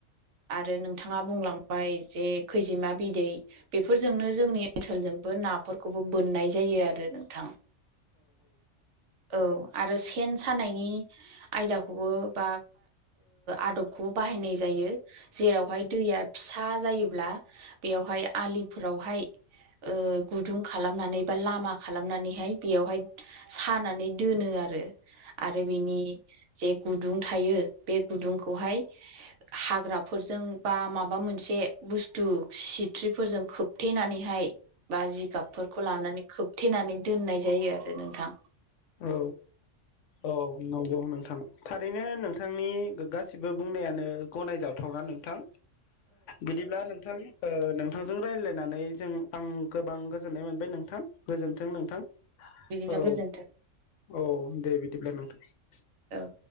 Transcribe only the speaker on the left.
औ औ नंगौ नोंथां। थारैनो नोंथांनि गासिबो बुंनायानो गनायजाथावना नोंथां। बिदिब्ला नोंथां ओ नोंथांजों रायज्लायनानै जों आं गोबां गोजोननाय मोनबाय नोंथां। गोजोनथों नोंथां
औ
औ दे बिदिब्ला नोंथां।